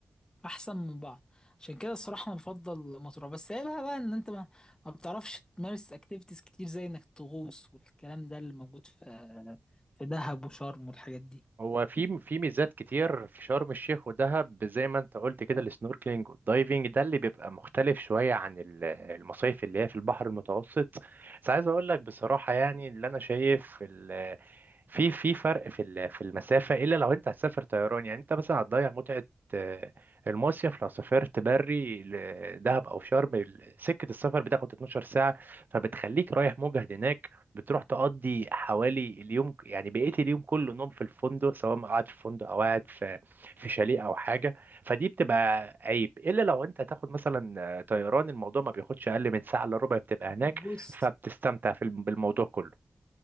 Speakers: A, on the left; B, on the right.
A: احسن من بعض عشان كده الصراحة انا بفضل مطروح بس هي بقى بقى ان انت ما, ما بتعرفش تمارس اكتيفيتيز كتير زي انك تغوص والكلام ده اللي موجود في في دهب وشرم والحاجات دي
B: هو في في ميزات كتير في شرم الشيخ ودهب زي ما انت قلت كده السنوركلينج والدايفنج ده اللي بيبقى مختلف شوية عن ال- المصايف اللي هي في البحر المتوسط بس عايز اقول لك بصراحة يعني اللي انا شايف ال- في في فرق في ال- في المسافة الا لو انت هتسافر طيران يعني انت مثلا هتضيع متعة آه، المصيف لو سافرت بري لدهب او شرم ال- سكة السفر بتاخد 12 ساعة فبتخليك رايح مجهد هناك بتروح تقضي حوالي اليوم يعني بقيت اليوم كله نوم في الفندق سواء ما قاعد في فندق او قاعد في في شاليه او حاجه فدي بتبقى عيب الا لو انت هتاخد مثلا آه، طيران الموضوع ما بياخدش اقل من ساعه الا ربع بتبقى
A: بص
B: هناك فبتستمتع في الم- بالموضوع كله